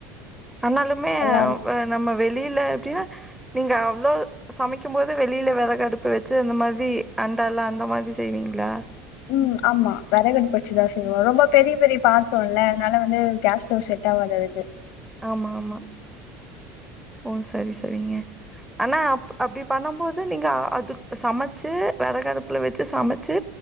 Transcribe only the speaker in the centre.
ஆனாலுமே
நம்ம வெளியில எப்டிய நீங்க அவ்ளோ சமைக்கும்போது வெளியில வெரகடுப்பு வச்சு அந்த மாதி அண்டாலா அந்த மாதி செய்வீங்களா
ஆமா ஆமா ஓ சரி சரிங்க ஆனா அப் அப்டி பண்ணம்போது நீங்க அது சமைச்சு வெறகு அடுப்பல வச்சு சமச்சு